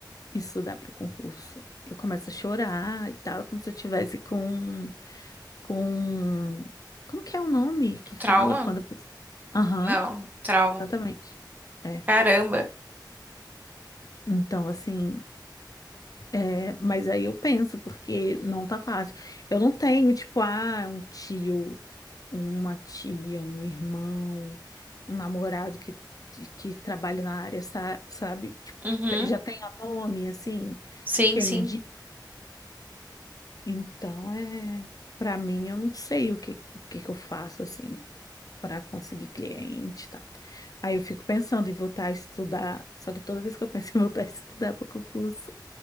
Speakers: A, on the left; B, on the right.
A: estudar para o concurso. Eu começo a chorar e tal, é como se eu tivesse com, com, como que é o nome que fala
B: Trauma?
A: quando a pessoa... Aham,
B: Não, trauma.
A: exatamente. É,
B: Caramba.
A: Então, assim, é, mas aí eu penso, porque não tá fácil. Eu não tenho, tipo, ah, um tio, uma tia, um irmão, um namorado que, que trabalha na área, sa- sabe? Tipo,
B: Uhum.
A: que te- já tenha nome, assim,
B: Sim,
A: que
B: sim.
A: é indi... Então, é, para mim, eu não sei o que, o que que eu faço, assim, para conseguir cliente e tal. Aí eu fico pensando em voltar a estudar, só que toda vez que eu penso em <laughs> voltar a estudar para concurso,